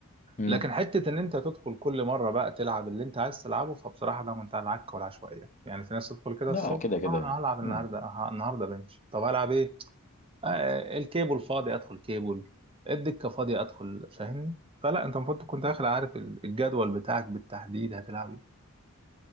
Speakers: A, on the left (about 35°); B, on the right (about 25°).
A: امم
B: لكن حتة إن أنت تدخل كل مرة بقى تلعب اللي أنت عايز تلعبه فبصراحة ده منتهى العك والعشوائية يعني في ناس تدخل كده
A: لا
B: الصبح
A: كده كده
B: آه، أنا هلعب النهاردة
A: مم.
B: آه، النهاردة بنش طب هلعب إيه؟ آه، الكيبل فاضي ادخل كيبل الدكه فاضيه ادخل فاهمني فلا انت المفروض تكون داخل عارف ال- الجدول بتاعك بالتحديد هتلعب ايه